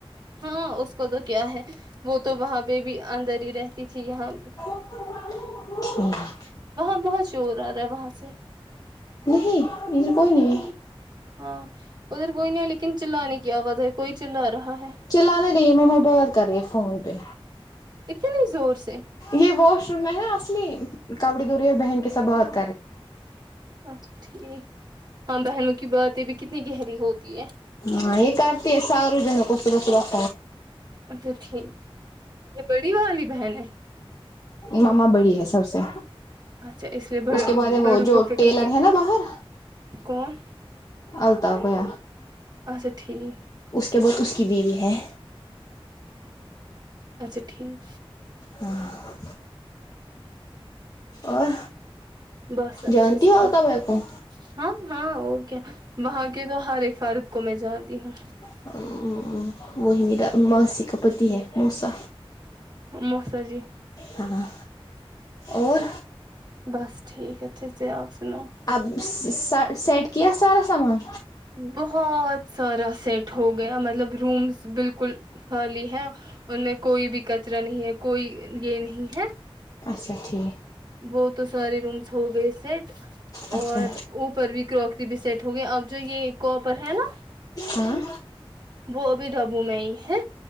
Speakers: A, on the right; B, on the left.
A: ہاں اس کو تو کیا ہے وہ تو وہاں پہ بھی اندر ہی رہتی تھی یہاں
B: ٹھ <unintelligible>
A: وہاں بہت شور آ رہا ہے وہاں سے
B: نہیں یہ کون ہے
A: ہاں ادھر کوئی نہیں ہے لیکن چلا نے کی آواز ہآئی کوئی چلا رہا ہے
B: چلا نا نہیں مما بات کررہی ہے فون پی
A: اتنے زور سے
B: یہ واش روم میں ہے اصلی کبڑی دورہی اور بہن کے سبات
A: اچھا ٹھیک ہاں بہنوں کی باتیں بھی کتنی گہری ہوتی ہے
B: ہاں یہ کارتی ہے سا اورور ج ہیں کس کس رپ
A: اچھا ٹھیک یہ بڑی والی بہن ہے
B: ماما بڑی ہے سب سے
A: اچھا لیے
B: اس کے بعد ہے
A: بڑوں
B: وہ جو
A: کو فکر
B: ٹیلر ہے نا باہر
A: کون
B: الطاف بھائی
A: اچھا ٹھیک
B: اس کے بعد اس کی بیوی ہے
A: اچھا ٹھیک
B: ہاں اور
A: بس اچھے
B: جانتی
A: سے
B: ہو الطاف
A: آپ
B: بھیا کو
A: ہاں ہاں اور کیا وہاں کے تو ہر ایک فرد کو میں جانتی ہوں
B: ہوں وہ ہی میرا ماسی کا پتی ہے موسی
A: موسا جی
B: ہاں اور
A: بس ٹھیک اچھے سے آپ سناو
B: اب س۔ س۔ سیٹ کیا سارا سامان
A: بہت سارا سیٹ ہو گیا مطلب رومس بالکل خالی ہے ان میں کوئی بھی کچرا نہیں ہے کوئی یہ نہیں ہے
B: اچھا ٹھیک
A: وہ تو سارے رومس ہو گئے سیٹ
B: اچھا
A: اور اوپر بھی کروکری بھی سیٹ ہو گئی اب جو یہ کاپر ہے نا
B: ہاں
A: وہ بھی ڈبوں میں ہی ہے